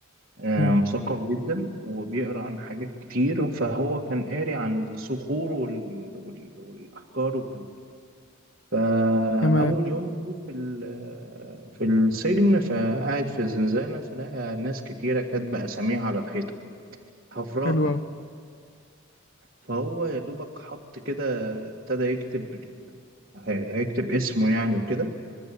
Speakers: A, on the right; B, on the left.
A: آه،
B: مم.
A: مثقف جدا وبيقرا عن حاجات كتير فهو كان قاري عن الصخور وال... وال... والاحجار والكلام ده. فأول
B: تمام
A: يوم لي في ال- في السجن فقاعد في الزنزانة فلقى ناس كتيرة كاتبة أساميها على الحيطة حفراها
B: حلو قوي
A: يعني فهو يا دوبك حط كده ابتدى يكتب ال- هيكتب اسمه يعني وكده